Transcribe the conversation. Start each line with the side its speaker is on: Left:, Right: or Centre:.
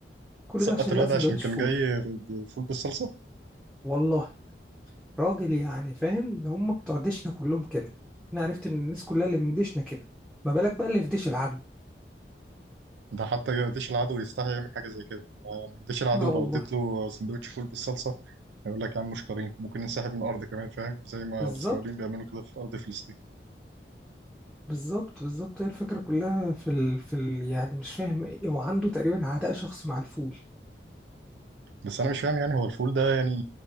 Centre: كل
Right: سقط
Centre: ده عشان
Right: الواد
Centre: لا سندوتش
Right: عشان كان
Centre: فول
Right: جاي ب- بفول بالصلصة
Centre: والله راجل يعني فاهم هم بتوع دشنا كلهم كده انا عرفت ان الناس كلها اللي من دشنا كده ما بالك بقى اللي في ديش العدو
Right: ده حتى ديش العدو يستحي يعمل حاجة زي كده يعني ديش العدو
Centre: اه والله
Right: لو اديت له سندوتش فول بالصلصة هيقول لك يا عم مش كريم ممكن ينسحب من الأرض كمان فاهم زي ما
Centre: بالظبط
Right: الإسرائيليين بيعملوا كده في أرض فلسطين
Centre: بالظبط بالظبط هي الفكره كلها في ال... في ال... يعني مش فاهم ايه هو عنده تقريبا عداء شخصي مع الفول
Right: بس أنا مش فاهم يعني هو الفول ده يعني